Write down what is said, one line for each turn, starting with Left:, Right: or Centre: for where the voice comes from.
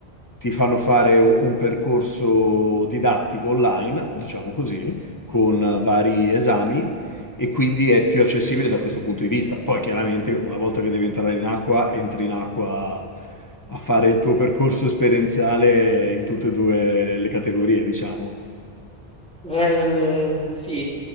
Left: ti fanno fare
Centre: hai
Left: un, un percorso didattico online, diciamo così, con vari esami e quindi è più accessibile
Centre: capito.
Left: da questo punto di vista. Poi chiaramente una volta che devi entrare in acqua, entri in acqua a fare il tuo percorso esperienziale in tutte e due le categorie, diciamo.
Centre: Eh, sì,